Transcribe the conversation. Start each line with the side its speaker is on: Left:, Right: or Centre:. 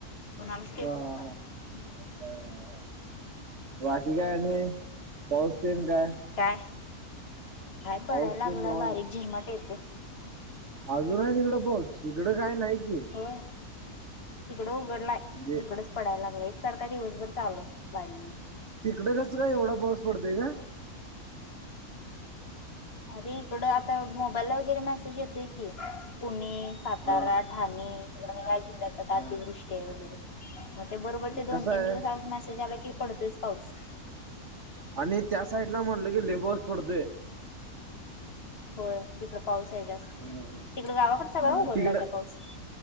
Left: कोणालाच केलो
Right: हा
Left: नाही
Right: हा
Left: कॉल.
Right: हा. हा हा बाकी काय आणि पाऊस तेन काय?
Left: काय हाय
Right: पाऊस
Left: पडायला
Right: तेन
Left: लागलाय
Right: निवांत.
Left: बारीक झिरमट येते.
Right: अजून आहे तिकडं पाऊस इकडं काय नाही की.
Left: वय तिकडं उघडलाय
Right: म्हणजे
Left: इकडच पडाय लागलय एकसारख दिवसभर चालूय बारीक
Right: तिकडे कसं काय एवढा पाऊस पडतेय गं?
Left: अरे इकडं आता मोबाईलला वगैरे मेसेज येतोय की पुणे, सातारा
Right: हा
Left: ठाणे इकडं हाय जिल्ह्यात
Right: हा.
Left: <unintelligible> वृष्टी आहे वगैरे म बरोबर ते
Right: कसं
Left: दोन दिवस
Right: आहे
Left: आज मेसेज आला की पडतोयच पाऊस.
Right: आणि त्या साइड ला म्हणलं की लय पाऊस पडतेय.
Left: होय इकडं पाऊस आहे जास्त तिकडं
Right: अ
Left: गावाकडे सगळा उघडलाय
Right: तिकडं
Left: काय पाऊस?